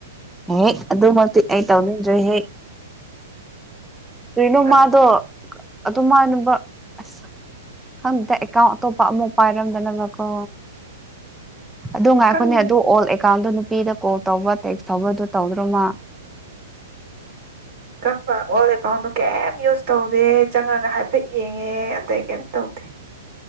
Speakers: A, in the centre; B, on the right.
A: ꯍꯦ ꯑꯗꯨ ꯃꯥ ꯑ ꯇꯧꯅꯤꯗ꯭ꯔꯦ ꯍꯦ ꯀꯅꯣ
B: ꯑꯗꯨ
A: ꯃꯥꯗꯣ ꯑꯗꯨꯃꯅ ꯑꯁ ꯈꯪꯗ ꯑꯦꯀꯥꯎꯟ ꯑꯇꯣꯞꯄ ꯑꯃ ꯄꯥꯏꯔꯝꯗꯅꯕꯀꯣ ꯑꯗꯨ ꯉꯥꯏꯈꯅꯦ
B: ꯈꯪ
A: ꯑꯗꯨ ꯑꯣꯜ ꯑꯦꯀꯥꯎꯟꯗꯣ ꯅꯨꯄꯤꯗ ꯀꯣꯜ ꯇꯧꯕ ꯇꯦꯛꯁ ꯇꯧꯕꯗꯨ ꯇꯧꯗ꯭ꯔꯣꯃ
B: ꯀꯝꯕ ꯑꯣꯜ ꯑꯦꯀꯥꯎꯟꯗꯣ ꯀꯩꯝ ꯌꯨꯁ ꯇꯧꯗꯦ ꯆꯪꯉꯒ ꯍꯥꯏꯐꯦꯠ ꯌꯦꯡꯉꯦ ꯑꯇꯩ ꯀꯩꯝ ꯇꯧꯗꯦ ꯦ